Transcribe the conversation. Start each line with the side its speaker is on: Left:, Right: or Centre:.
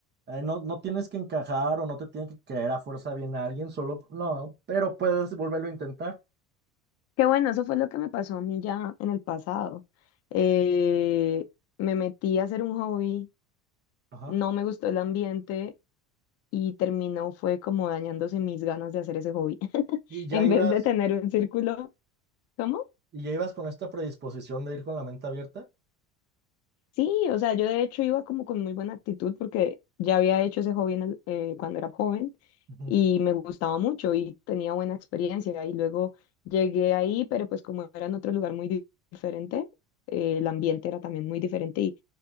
Right: Eh, no, no tienes que encajar o no te tiene que caer a fuerza bien a alguien, solo, no, pero puedes volverlo a intentar.
Left: Qué bueno, eso fue lo que me pasó a mí ya en el pasado. Eh, me metí a hacer un hobby,
Right: Ajá.
Left: no me gustó el ambiente y terminó fue como dañándose mis ganas de hacer ese hobby. <laughs>
Right: Y ya
Left: En
Right: ibas,
Left: vez de tener un círculo, ¿cómo?
Right: y ya ibas con esta predisposición de ir con la mente abierta.
Left: Sí, o sea, yo de hecho iba como con muy buena actitud porque ya había hecho ese hobby en el- eh, cuando era joven
Right: ujú.
Left: y me gustaba mucho y tenía buena experiencia y luego llegué ahí, pero pues como era en otro lugar muy di- diferente, eh, el ambiente era también muy diferente y